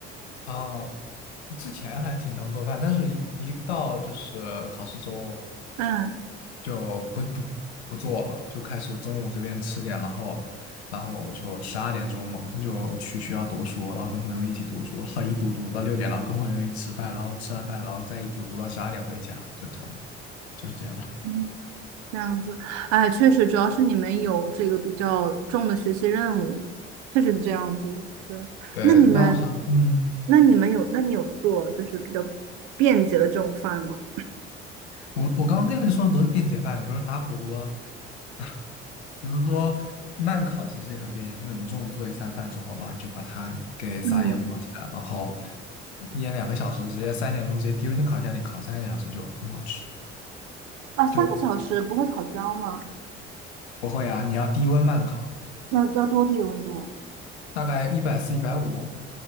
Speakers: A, on the left; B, on the right.
A: 嗯，之前还挺常做饭，但是一一到就是考试周，
B: 嗯
A: 就不不不做了，就开始中午随便吃点，然后然后就十二点钟嘛，就去学校读书，然后跟朋友们一起读书，然后一读读到六点，然后跟朋友们一起吃饭，然后吃完饭，然后再一读读到十二点回家，就差不多就是这样。
B: 嗯，这样子，哎，确实，主要是你们有这个比较重的学习任务，确实是这样子的。对，
A: 对，
B: 那你们，
A: 那好嗯，
B: 那你们有，那你有做就是比较便捷的这种饭吗？
A: 我我刚刚跟你说的都是便捷饭，比如说打火锅，<laughs> 比如说慢烤，其实也很便捷，就是你中午做一餐饭之后，然后你就把它给撒盐包起来，
B: 嗯，
A: 然后腌两个小时，直接三点钟直接丢进烤箱里烤三个小时就很好吃，
B: 啊，三个小时不会烤焦吗？
A: 就不会啊，你要低温慢烤，
B: 要要多低的温度啊？
A: 大概一百四、一百五，